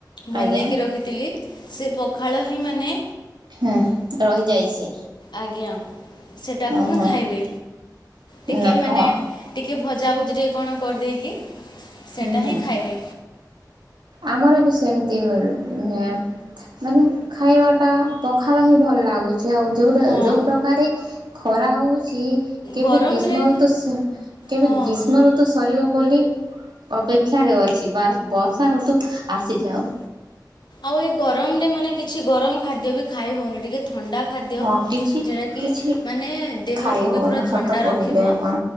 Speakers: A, on the left; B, on the right.
A: ବନେଇକି
B: ଆଜ୍ଞା
A: ରଖିଥିଲି ସେ ପଖାଳ ମାନେ?
B: ହୁଁ ରହିଯାଇଛି।
A: ଆଜ୍ଞା ସେଟାକୁ
B: ହଁ
A: ମୁଁ
B: ହଁ
A: ଖାଇବି ଟିକେ
B: ନା
A: ମାନେ
B: ହଁ
A: ଟିକେ ଭଜାଭୁଜି ଟିକେ କଣ କରିଦେଇକି ସେଟା
B: ହୁଁ ହୁଁ
A: ହିଁ ଖାଇବେ।
B: ଆମର ବି ସେମ। ନ୍ତି ଘରେ ମାନେ ଖାଇବାଟା ପଖାଲା ହିଁ ଭଲ ଲାଗୁଛି। ସେ ଆଉ ଯୋଉରା
A: ହଁ
B: ଯୋଉ ପ୍ରକାରେ ଖରା ହଉଛି। ଛି କେବେ
A: ଗରମରେ
B: ଗ୍ରୀଷ୍ମ ଋତୁ କେବେ
A: ହଁ
B: ସ ଗ୍ରୀଷ୍ମ ଋତୁ ସରିବ ବୋଲି ଅପେକ୍ଷାରେ ଅଛି ବା ବର୍ଷା ଋତୁ ଆସିଯାଉ।
A: ଆଉ ଏ ଗରମ ରେ ମାନେ କିଛି ଗରମ ଖାଦ୍ୟ ବି ଖାଇ ହଉନି ଟିକେ ଥଣ୍ଡା ଖାଦ୍ୟ
B: ହଁ କିଛି
A: ଯେଉଟା କିି
B: କିଛି
A: ମାନେ ଦେହକୁ
B: ଖାଇ ହେଉନି
A: ବି ପୁରା
B: ସତ
A: ଥଣ୍ଡା
B: କହିଲେ
A: ରଖିବ
B: ଆପଣ।